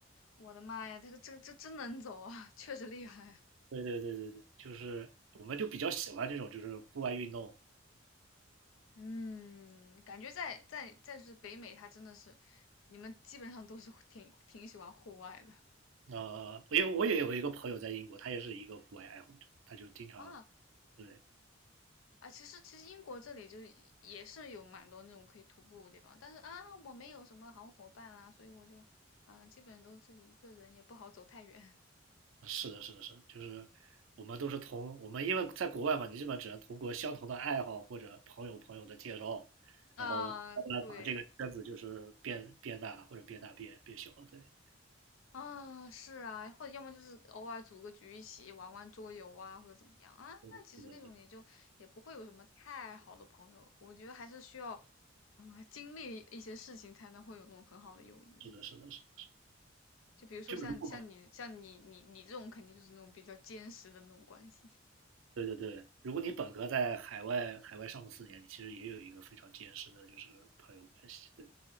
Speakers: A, on the left; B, on the right.
A: 我的妈呀，这个这个这真能走啊，<laughs> 确实厉害啊
B: 对对对对对，就是我们就比较喜欢这种就是户外运动，
A: 嗯，感觉在在在是北美，它真的是你们基本上都是挺挺喜欢户外的
B: 呃，因为我也有一个朋友在英国，他也是一个户外爱好者，他就经常
A: 啊
B: 对，
A: 啊。其实其实英国这里就是也也是有蛮多那种可以徒步的地方，但是啊，我没有什么好伙伴啦，所以我就嗯、呃基本都自己一个人，也不好走太远。<laughs>
B: 是的，是的，是的就是我们都是同我们因为在国外嘛，你基本只能通过相同的爱好或者朋友朋友的介绍，
A: 啊，
B: 然后慢慢把这个圈子就是变变大或者变大变变小，
A: 对。
B: 对，
A: 啊，是啊，或者要么就是偶尔组个局一起玩玩桌游啊，或者怎么样啊。那其实那种也就也不会有什么太好的朋友，
B: 对对对对对，
A: 我觉得还是需要啊、经历一些事情才能会有那种很好的友谊。
B: 是的，是的，是的
A: 就比如说像像你像你你你这种肯定就是那种比较坚实的那种关系。
B: 就是如果
A: <laughs>
B: 对对对，如果你本科在海外海外上个四年，你其实也有一个非常坚实的就是朋友关系，对。